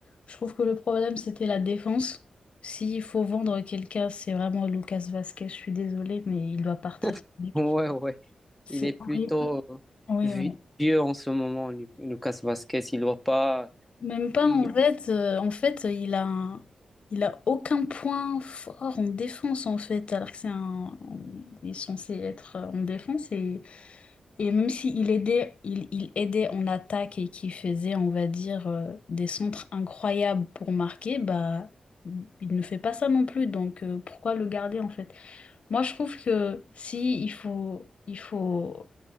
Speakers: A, on the left (about 65°); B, in the centre.
A: Je trouve que le problème c'était la défense. S'il faut vendre quelqu'un, c'est vraiment Lucas Vasquez. Je suis désolée, mais il doit partir. ce
B: <laughs>
A: mec.
B: Ouais, ouais.
A: C'est
B: Il est plutôt
A: horrible.
B: euh,
A: Oui,
B: vi-
A: oui.
B: vieux en ce moment, Lu- Lucas Vasquez. Il va pas.
A: Même pas
B: Il...
A: en fait. euh, en fait, il a un- il a aucun point fort en défense en fait, alors que c'est un, il est censé être en défense Et même s'il aidait, il, il aidait en attaque et qui faisait, on va dire, euh, des centres incroyables pour marquer, bah, il ne fait pas ça non plus. Donc, euh, pourquoi le garder en fait? Moi, je trouve que si il faut, il faut,